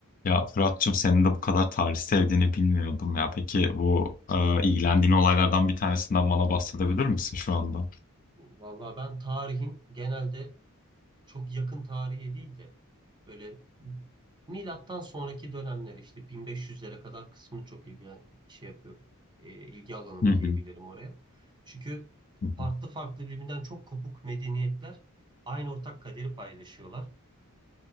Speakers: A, on the left; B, on the right.
A: Ya Fırat'cığım senin de bu kadar tarih sevdiğini bilmiyordum ya. Peki bu e, ilgilendiğin olaylardan bir tanesinden bana bahsedebilir misin şu anda?
B: Vallahi ben tarihin genelde çok yakın tarihe değil de böyle milattan sonraki dönemler işte 1500'lere kadar kısmını çok ilgilen şey yapıyorum. E, ilgi alanım
A: Hı hı,
B: diyebilirim oraya. Çünkü
A: hı hı.
B: farklı farklı birbirinden çok kopuk medeniyetler aynı ortak kaderi paylaşıyorlar.